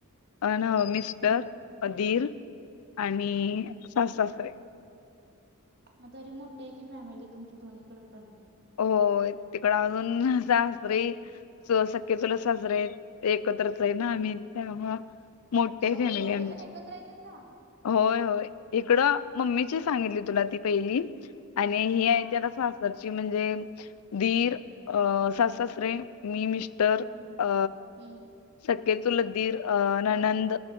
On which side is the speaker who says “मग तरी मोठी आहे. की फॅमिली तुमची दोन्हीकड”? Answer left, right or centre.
Right